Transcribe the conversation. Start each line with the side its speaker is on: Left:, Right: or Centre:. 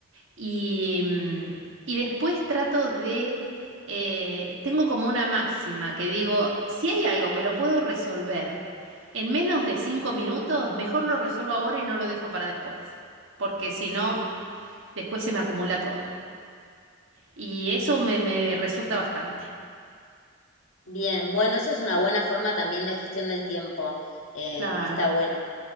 Right: Y, mm, y después trato de, eh, tengo como una máxima que digo, si hay algo que lo puedo resolver en menos de cinco minutos, mejor lo resuelvo ahora y no lo dejo para después, porque si no, después se me acumula todo. Y eso me, me resulta bastante
Left: Bien, bueno, esa es una buena forma también de gestión del tiempo. Eh,
Right: Claro.
Left: está bueno.